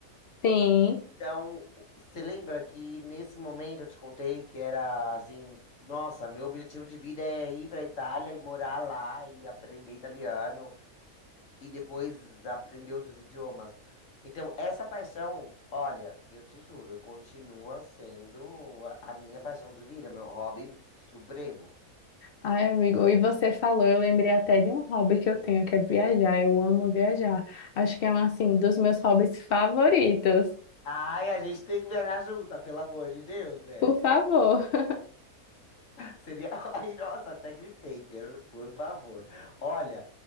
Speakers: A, on the left; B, on the left.
A: sim.
B: Então, você lembra que nesse momento eu te contei que era assim, nossa, meu objetivo de vida é ir pra Itália e morar lá e aprender italiano e depois aprender outros idiomas. Então, essa paixão, olha, eu te juro, continua sendo a a minha paixão de vida, meu hobby supremo.
A: Ai, amigo, e você falou, eu lembrei até de um hobby que eu tenho, que é viajar. Eu amo viajar. Acho que é um, assim, dos meus hobbies favoritos.
B: Ai, a gente tem que viajar junta, pelo amor de Deus, né?
A: Por favor. <laughs>
B: Seria. <laughs> Ai, nossa, até gritei, per- por favor. Olha,